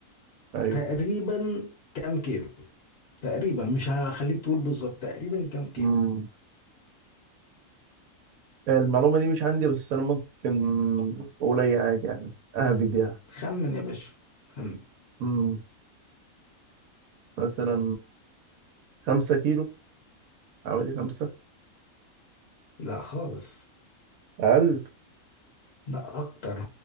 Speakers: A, on the right; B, on the left.
A: ايوه
B: تقريبا كام كيلو؟ تقريبا مش هخليك تقول بالظبط تقريبا كام كيلو؟
A: امم المعلومة دي مش عندي بس انا ممكن اقول اي حاجة يعني اهبد يعني
B: خمن يا باشا خمن
A: امم مثلا خمسة كيلو حوالي خمسة
B: لا خالص
A: أقل
B: لا اكتر